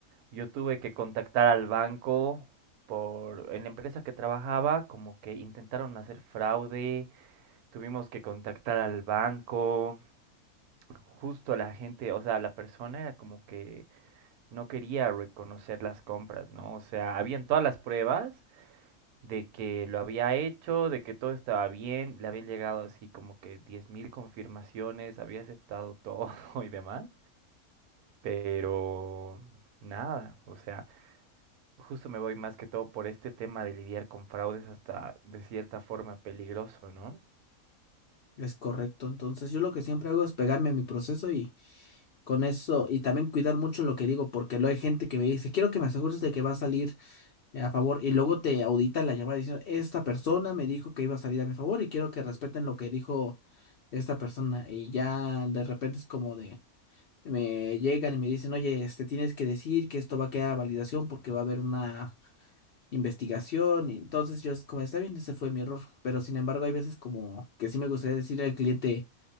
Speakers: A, on the right (about 85°); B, on the left (about 60°).
A: Yo tuve que contactar al banco por en la empresa que trabajaba, como que intentaron hacer fraude, tuvimos que contactar al banco, justo la gente, o sea, la persona era como que no quería reconocer las compras, ¿no? O sea, habían todas las pruebas de que lo había hecho, de que todo estaba bien, le habían llegado así como que 10.000 confirmaciones, había aceptado todo <laughs> y demás, pero nada, o sea, Justo me voy más que todo por este tema de lidiar con fraudes hasta de cierta forma peligroso, ¿no?
B: Es correcto. Entonces yo lo que siempre hago es pegarme a mi proceso y con eso y también cuidar mucho lo que digo, porque luego hay gente que me dice, quiero que me asegures de que va a salir a favor y luego te audita la llamada diciendo, esta persona me dijo que iba a salir a mi favor y quiero que respeten lo que dijo esta persona y ya de repente es como de, me llegan y me dicen, oye, este tienes que decir que esto va a quedar a validación porque va a haber una investigación y entonces yo es como, está bien, ese fue mi error, pero sin embargo hay veces como que sí me gustaría decirle al cliente,